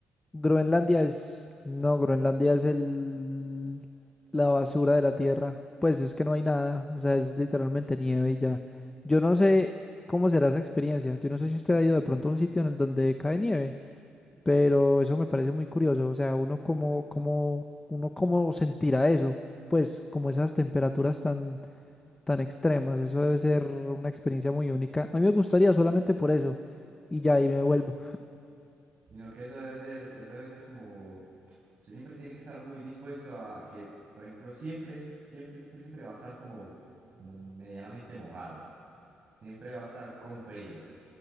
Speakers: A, on the left; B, on the right.
A: Groenlandia es... No, Groenlandia es el... la basura de la tierra. Pues es que no hay nada. O sea, es literalmente nieve y ya. Yo no sé cómo será esa experiencia. Yo no sé si usted ha ido de pronto a un sitio en el donde cae nieve. Pero eso me parece muy curioso, o sea, uno cómo, cómo, uno cómo sentirá eso, pues como esas temperaturas tan, tan extremas, eso debe ser una experiencia muy única. A mí me gustaría solamente por eso y ya ahí me vuelvo.
B: Sino que eso debe ser, eso debe ser como, usted siempre tiene que estar muy dispuesto a, a que, por ejemplo, siempre, siempre, siempre, siempre va a estar como mo- medianamente mojado, siempre va a estar con frío.